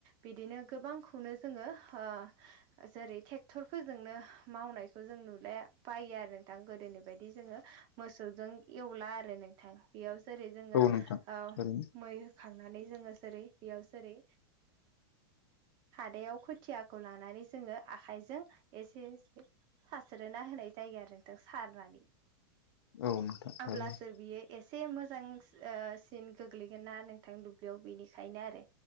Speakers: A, on the right; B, on the left.
A: बिदिनो गोबांखौनो जोङो ओ ओ जेरै थेक्टरफोरजोंनो मावनायखौ जों नुले बायो आरो नोंथां गोदोनि बायदि जोङो मोसौजों एवला आरो नोंथां बेयाव जेरै जोङो
B: औ नोंथां
A: औ
B: थारैनो
A: मै खांनानै जोङो जेरै बेयाव जेरै हादायाव खोथियाखौ लानानै जोङो आखाइजों एसे एसे सास्रोना होनाय जायो आरो नोंथां सारनानै।
B: औ नोंथां
A: अब्लासो
B: थारैनो
A: बियो एसे मोजांस ओ सिन गोग्लैगोन ना नों थां दुब्लियाव बेनिखायनो आरो